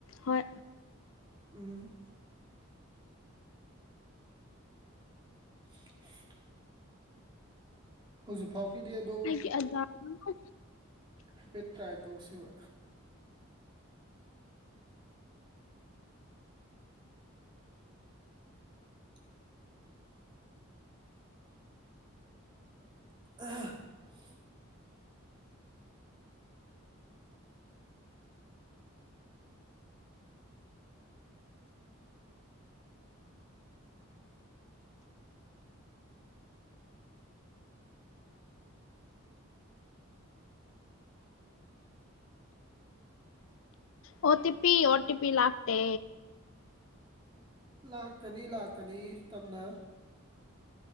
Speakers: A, on the left (about 70°); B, on the right (about 20°).
A: ꯍꯣꯏ꯫
B: ꯎꯝ꯫ <unintelligible> ꯍꯧꯖꯤꯛꯐꯥꯎꯒꯤꯗꯤ ꯑꯗꯣ
A: ꯑꯩꯒꯤ ꯑꯙꯥꯔ
B: ꯍꯥꯏꯐꯦꯠ ꯇ꯭ꯔꯥꯏ ꯇꯧꯁꯤꯕ꯫ ꯎ <unintelligible>
A: O T P O T P ꯂꯥꯛꯇꯦ꯫
B: ꯂꯥꯛꯀꯅꯤ ꯂꯥꯛꯀꯅꯤ ꯇꯞꯅ꯫